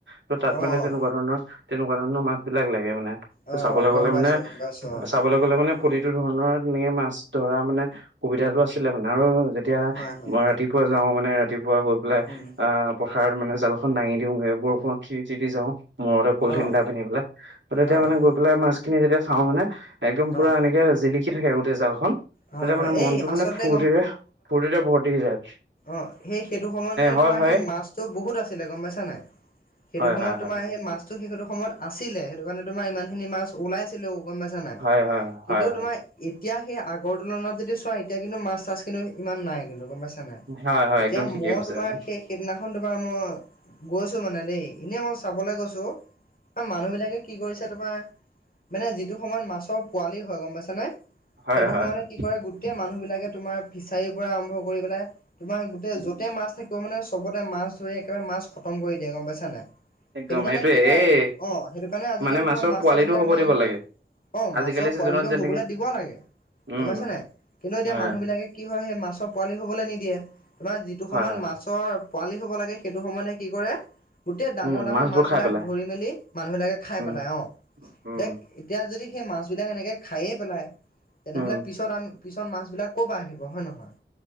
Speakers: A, on the right (about 85°); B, on the left (about 50°).
A: ত তাত
B: অঁ
A: মানে
B: অঁ
A: তেনেকুৱা ধৰণৰ তেনেকুৱা ধৰণৰ মাছ বিলাক লাগে মানে।
B: অ
A: চাবলৈ
B: গম
A: গ'লে
B: পাইছোঁ।
A: মানে
B: পাইছোঁ
A: চাবলৈ গলে মানে
B: অঁ
A: প্ৰতিটো ধৰণৰ মে মাছ ধৰা মানে সুবিধাটো আছিলে মানে আৰু যে- এতিয়া
B: হয় হয়
A: মই ৰাতিপুৱা যাও মানে ৰাতিপুৱা গৈ পেলাই
B: উম
A: আহ পথাৰত মানে জালখন দাঙি দিওঁগে বৰষুণত তিতি তিতি যাওঁ। মূৰতে পলিথিন
B: অঁ
A: এটা পিন্ধি পেলাই তেতিয়া
B: অঁ
A: মানে
B: অঁ
A: গৈ পেলাই মাছখিনি যেতিয়া চাওঁ মানে একদম পুৰা
B: অঁ
A: এনেকে জিলিকি থাকে গোটেই জালখন। তেতিয়া
B: হয় হয়
A: মানে মনটো
B: এই আচলতে
A: মানে ফুৰ্তিতে ফুৰ্তিতে ভৰ্ত্তি হৈ যায়।
B: অ সেই সেইটো সময়ত মানে
A: হয়
B: তোমাৰ
A: হয়
B: সেই মাছটো বহুত আছিলে গম পাইছা নাই। সেইটো
A: হয়,
B: সময়ত
A: হয়, হয়,
B: তোমাৰ সেই মাছতো সেইটো সময়ত আছিলে সেইটো কাৰণে তোমাৰ ইমান খিনি মাছ ওলাইছিলেও। গম পাইছা নাই।
A: হয়, হয়,
B: কিন্তু
A: হয়,
B: তোমাৰ এতিয়া সেই আগৰ তুলনাত যদি চোৱা এতিয়া কিন্তু মাছ তাছ কিন্তু ইমান নাই কিন্তু গম পাইছ- তেনে
A: হয়, হয়, হয়,
B: এতিয়া
A: একদম ঠিকেই
B: মই
A: কৈছে
B: তোমাৰ
A: আপুনি।
B: সেইখ- কেইদিনাখন তোমাৰ মই গৈছো মানে দেই এনেই মই চাবলৈ গৈছোঁ। অ মানুহ বিলাকে কি কৰিছে তোমাৰ মানে যিটো সময়ত মাছৰ পোৱালি হয় গম পাইচা নে
A: হয়,
B: সেইটো
A: হয়,
B: সময়তে
A: হয়।
B: কি কৰে গোটেই মানুহ বিলাকে তোমাৰ ফিচাৰীৰ পৰা আৰম্ভ কৰি পেলাই তোমাৰ গোটেই
A: উম,
B: য'তে
A: উম,
B: মাছ থাকিব মানে চবতে মাছ ধৰি একেবাৰে মাছ খতম কৰি দিয়ে গম পাইছা নাই।
A: একদম
B: সেইটো কাৰণে
A: সেইটোয়ে
B: কি হয়
A: এই
B: অ সেইটো কাৰণে আজিকালি
A: মানে মাছৰ
B: তোমাৰ মাছ
A: পোৱালিটো
B: চাছ বিলাক
A: হ'ব
B: নাই
A: দিব
B: নহয়।
A: লাগে।
B: অ
A: আজিকালি
B: মাছৰ
A: ছিজনত
B: পোৱালিটোক
A: যেনেকে
B: শুবলৈ দিব লাগে।
A: উম,
B: গম পইছা নাই, কিন্তু এতিয়া
A: হয়,
B: মানুহ বিলাকে কি হয় সেই মাছৰ পোৱালি হবলৈ নিদিয়ে। তোমাৰ যিটো
A: হয়,
B: সময়ত
A: হয়,
B: মাছ ত পোৱালি হ'ব লাগে সেইটো সময়ত মানে কি কৰে গোটেই ডাঙৰ
A: উম,
B: ডাঙৰ
A: মাছবোৰ
B: মাছ
A: খাই
B: বিলাক
A: পেলাই
B: ধৰি মেলি মানুহ বিলাকে খাই
A: উম,
B: পেলাই অ। এতিয়া
A: উম,
B: এতিয়া যদি সেই মাছবিলাক এনেকে খাইয়ে পেলায়। তেনেহ'লে
A: উম,
B: পিছত পিছত মাছ বিলাক কপা আহিব হয় নহয়।